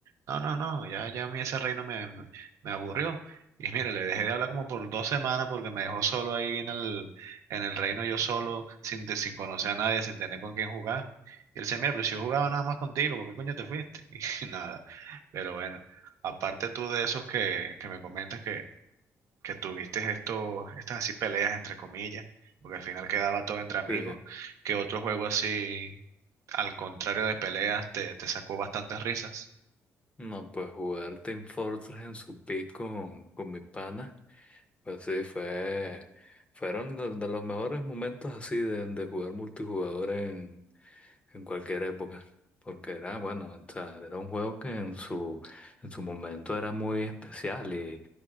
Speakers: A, on the right; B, on the left.
A: No, no, no, ya, ya a mí ese reino me, me me aburrió. Y mira, le dejé de hablar como por dos semanas porque me dejó solo ahí en el, en el reino, yo solo, sin, te- sin conocer a nadie, sin tener con quién jugar. Y él decía, mira, pero si yo jugaba nada más contigo, ¿por qué coño te fuiste? <laughs> Y nada. Pero bueno, aparte tú de esos que, que me comentas que, que tuviste estos, estas así peleas entre comillas, porque al final quedaba todo entre amigos,
B: Sí.
A: que otro juego así, al contrario de peleas, te, te sacó bastantes risas?
B: No, pues jugar Team Fortress en su pico con, con mi pana, pues sí, fue, fueron de, de los mejores momentos así de, de jugar multijugador en, en cualquier época. Porque era, bueno, o sea, era un juego que en su, en su momento era muy especial y,